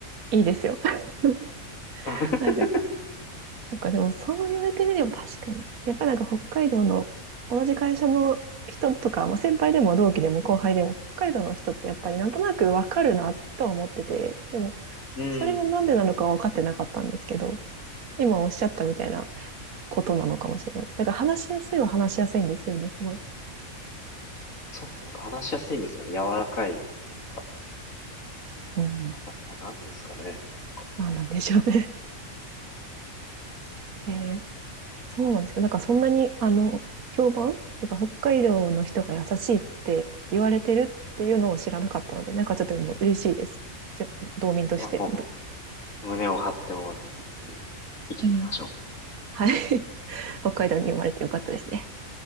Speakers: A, on the right; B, on the left.
A: いいですよ。<laughs>
B: <laughs>
A: なんか、そうか、でもそう言われてみれば確かに。やっぱなんか北海道の同じ会社の人とか、まあ、先輩でも同期でも後輩でも北海道の人ってやっぱりなんとなくわかるなとは思ってて、でも
B: うん。
A: それがなんでなのかは分かってなかったんですけど、今おっしゃったみたいなことなのかもしれないです。なんか話しやすいは話しやすいんですよね、すごい。
B: でそうなんですよ。なんか話しやすいんですよね。柔らかい。なん
A: うん。
B: かな、な、なんですかね。なんか
A: なんなんでしょうね。<laughs> えーそうなんですけど、なんかそんなに、あの、評判っていうか、北海道の人が優しいって言われてるっていうのを知らなかったので、なんかちょっともう嬉しいです。じゃ、道民として。
B: いや、も
A: ど
B: う、胸を張ってもぜひぜひ生きていきましょ
A: うん。はい。<laughs> 北海道に生まれてよかったですね。